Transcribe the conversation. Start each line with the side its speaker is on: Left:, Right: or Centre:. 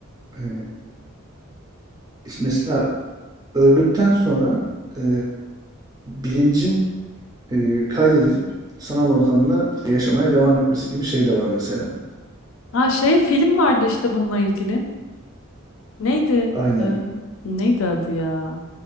Right: E, mesela öldükten sonra e, bilincin e, kaydedilip sanal ortamda işte yaşamaya devam etmesi gibi şey de var mesela.
Left: Ha şey film vardı işte bununla ilgili. Neydi?
Right: Aynen.
Left: Ee, neydi adı ya?